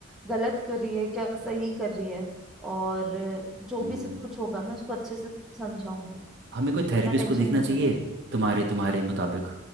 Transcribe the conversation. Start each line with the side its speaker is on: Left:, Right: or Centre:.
Centre: गलत कर रही है क्या सही कर रही है और जो
Right: हम्म
Centre: भी सब कुछ होगा मैं उसको अच्छे से समझाऊंगी
Right: हमें कोई थेरेपिस्ट
Centre: इतना टेंशन
Right: को देखना
Centre: मत
Right: चाहिए
Centre: लो तुम
Right: तुम्हारे तुम्हारे मुताबिक